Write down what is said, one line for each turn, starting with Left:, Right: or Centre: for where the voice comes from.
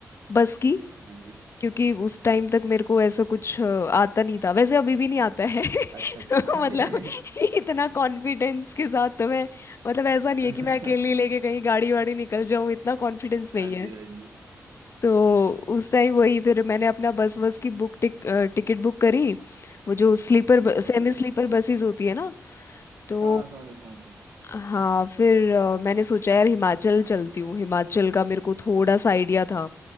Left: बस की
Right: हाँ जी
Left: क्योंकि उस टाइम तक मेरे को ऐसा कुछ अ, आता नहीं था वैसे अभी भी नहीं आता है
Right: अच्छा अच्छा
Left: <laughs>
Right: <laughs> अरे
Left: मतलब इतना कॉन्फिडेंस के साथ तो मैं मतलब ऐसा नहीं
Right: <laughs> हाँ
Left: है कि मैं अकेली लेके कहीं गाड़ी वाड़ी निकल जाऊं इतना कॉन्फिडेंस नहीं
Right: जी हाँ
Left: है
Right: जी
Left: तो उस टाइम वही फिर मैंने अपना बस बस की बुक टिक, टिकट बुक करी वो जो स्लीपर सेमी
Right: ओके
Left: स्लीपर बसेस होती है ना तो
Right: हाँ समझ रहा हूँ, समझ रहा
Left: हाँ फिर अ, मैंने सोचा यार हिमाचल चलती हूँ हिमाचल का मेरे को थोड़ा सा आइडिया था